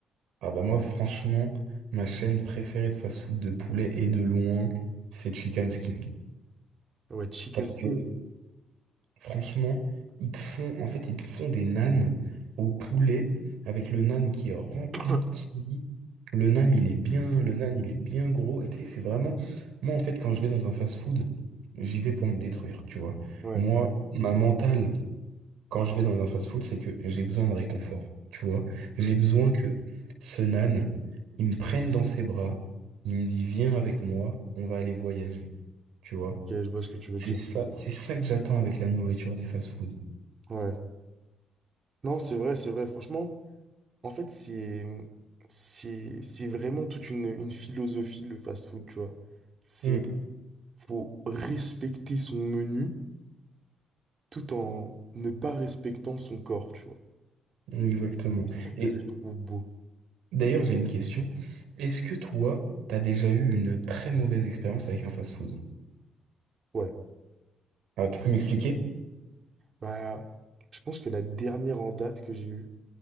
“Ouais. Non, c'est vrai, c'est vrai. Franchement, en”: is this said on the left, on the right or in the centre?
Right